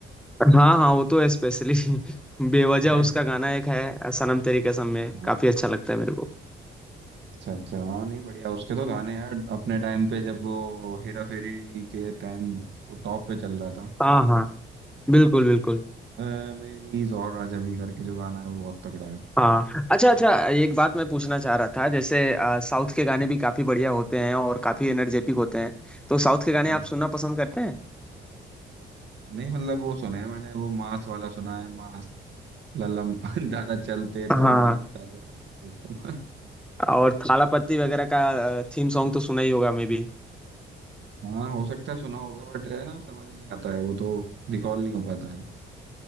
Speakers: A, in the centre; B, on the right.
A: हाँ हाँ वो तो स्पेशली <laughs> बेवजह
B: <laughs>
A: उसका गाना एक है सनम तेरी कसम में
B: हाँ,
A: काफी अच्छा लगता है मेरे को
B: अच्छा अच्छा हाँ नहीं बढ़िया उसके तो गाने यार अपने टाइम पे जब वो हेरा फेरी के टाइम वो टॉप पे चल रहा था
A: हाँ हाँ बिल्कुल बिल्कुल
B: अ, मेरी और राजा भी करके जो गाना है वो बहुत तगड़ा है
A: हाँ अच्छा अच्छा एक बात मैं पूछना चाह रहा था जैसे अ, साउथ के गाने भी काफी बढ़िया होते हैं और काफी एनर्जेटिक होते हैं तो साउथ के गाने
B: हम्म,
A: आप सुनना पसंद करते हैं
B: नहीं मतलब वो सुने हैं मैंने वो मांस वाला सुना है मांस ललम <laughs> ज्यादा चलते
A: हाँ
B: तो मांस ज्यादा हिलते तो
A: और थालापति वगैरह का थीम सॉन्ग तो सुना ही होगा मे भी
B: हाँ हो सकता है सुना होगा बट है ना समझ नहीं आता है वो तो रिकॉल नहीं हो पाता है